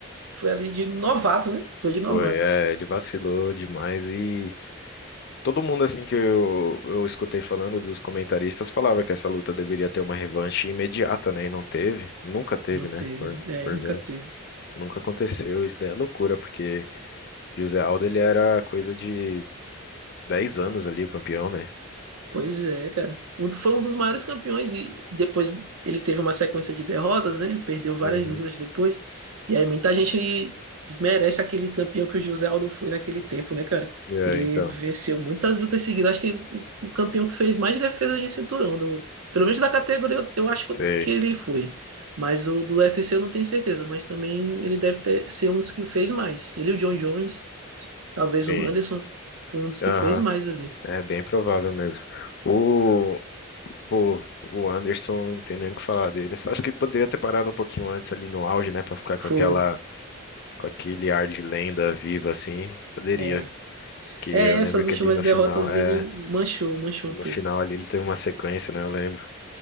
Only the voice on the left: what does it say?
Foi, é, ele vacilou demais e Todo mundo assim que eu, eu escutei falando dos comentaristas falava que essa luta deveria ter uma revanche imediata, né? E não teve, nunca teve,
né? Por,
por
ver.
Nunca aconteceu, isso daí é loucura, porque José Aldo ele era coisa de 10 anos ali, o campeão, né?
Uhum.
É,
então,
sei,
sim.
Aham.
É bem provável mesmo. O, pô, o Anderson, não tem nem o que falar dele. Só acho que poderia ter parado um pouquinho antes ali no auge, né? Pra ficar com
aquela com aquele ar de lenda viva assim, poderia.
Que eu
lembro
que
ali no
final, é,
no
final ali ele teve uma sequência, né? Eu lembro.